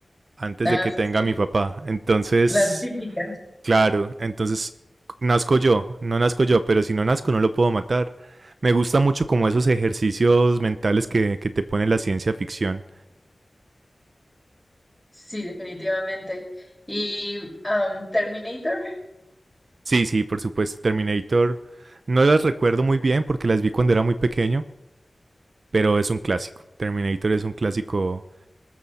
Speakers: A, on the right; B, in the centre.
A: antes
B: Ah,
A: de que
B: sí,
A: tenga
B: sí,
A: a mi papá? Entonces,
B: la típica.
A: Claro, entonces nazco yo, no nazco yo, pero si no nazco no lo puedo matar. Me gusta mucho como esos ejercicios mentales que, que te pone la ciencia ficción.
B: Sí, definitivamente. Y am, Terminator.
A: Sí, sí, por supuesto, Terminator. No las recuerdo muy bien porque las vi cuando era muy pequeño, pero es un clásico. Terminator es un clásico